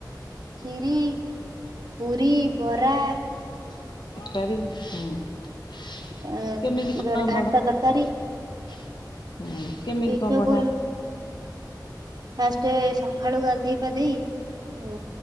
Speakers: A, on the right; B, on the left.
A: ଖିରି, ପୁରୀ, ବରା
B: ସରକାରୀ ହୁଁ
A: ଏଁ
B: କେମିତି କଣ
A: ଘାଣ୍ଟ ତରକାରୀ
B: <unintelligible> ହୁଁ କେମିତି
A: ଏଇସବୁ
B: କଣ ବଢ଼ା
A: ଫାଷ୍ଟ ସକାଳୁ ଗାଧେଇ ପାଧେଇ ଉ